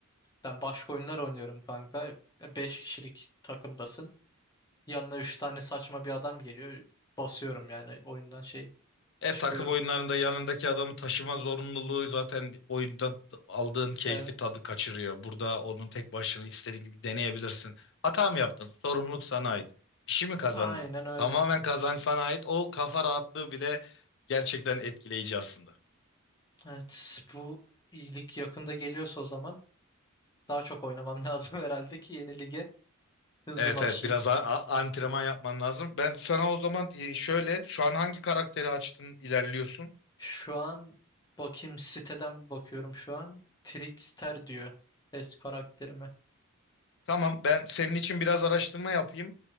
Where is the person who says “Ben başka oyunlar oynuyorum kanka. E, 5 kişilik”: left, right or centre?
Left